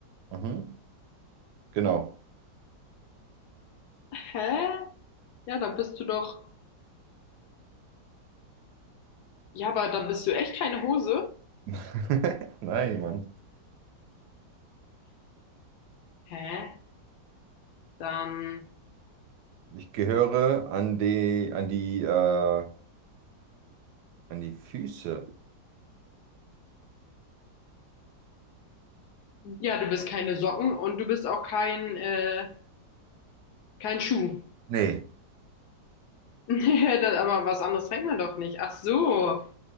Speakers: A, on the right; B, on the left.
A: Mhm. Genau.
B: Hä? Ja, dann bist du doch Ja, aber dann bist du echt keine Hose.
A: <laughs> Nein, Mann.
B: Hä? Dann.
A: Ich gehöre an die, an die, äh, an die Füße.
B: Ja, du bist keine Socken und du bist auch kein, äh, kein Schuh.
A: Nee,
B: <laughs> Das- Aber was anderes trägt man doch nicht. Ach so.